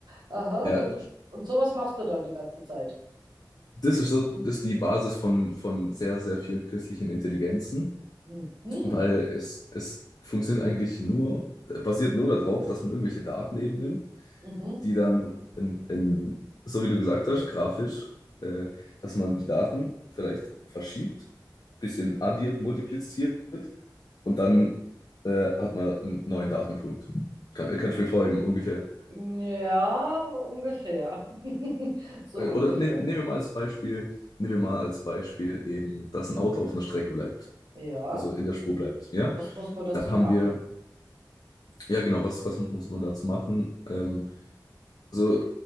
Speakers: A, on the right; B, on the left.
A: Aha.
B: Ja,
A: Und, und sowas machst du dann die ganze Zeit.
B: das ist so, das ist die Basis von, von sehr, sehr vielen künstlichen Intelligenzen.
A: Mhm.
B: Weil es, es funktioniert eigentlich nur, basiert nur darauf, dass man irgendwelche Daten eben nimmt,
A: Mhm.
B: die dann in, in, so wie du gesagt hast, grafisch, äh, dass man die Daten vielleicht verschiebt, bisschen
A: Mhm.
B: addiert, multipliziert und dann äh, hat man einen neuen Datenpunkt. Kann, kannst du mir folgen, ungefähr.
A: Ja, ungefähr. <laughs> So
B: Äh,
A: ungefähr.
B: Oder nehm, nehmen wir mal als Beispiel, nehmen wir mal als Beispiel eben, dass ein Auto auf einer Strecke bleibt,
A: Ja.
B: also in der Spur bleibt. Ja,
A: Was muss man dazu
B: da haben
A: machen?
B: wir Ja, genau, was, was muss man dazu machen? Ähm, also,